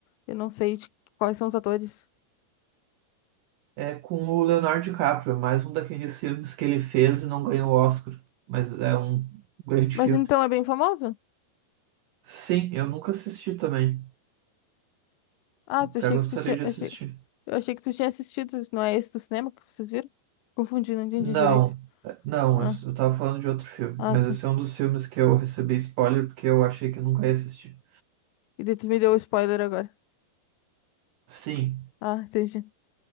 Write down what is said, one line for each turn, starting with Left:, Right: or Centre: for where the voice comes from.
Left: eu não sei de quais são os atores.
Right: É com o Leonardo DiCaprio, é mais um daqueles filmes que ele fez e não ganhou o Oscar, mas é um grande
Left: Mas
Right: filme.
Left: então é bem famoso?
Right: Sim, eu nunca assisti também.
Left: Ah,
Right: Até
Left: eu achei
Right: gostaria
Left: que tu tinha...
Right: de
Left: Achei,
Right: assistir.
Left: eu achei que tu tinha assistido. Não é esse do cinema que vocês viram? Confundi, não entendi
Right: Não,
Left: direito.
Right: é, não,
Left: Ah,
Right: eu s- eu tava falando de outro filme,
Left: ah,
Right: mas
Left: tá.
Right: esse é um dos filmes que eu recebi spoiler porque eu achei que eu nunca ia assistir.
Left: E daí tu me deu o spoiler agora.
Right: Sim,
Left: Ah, entendi.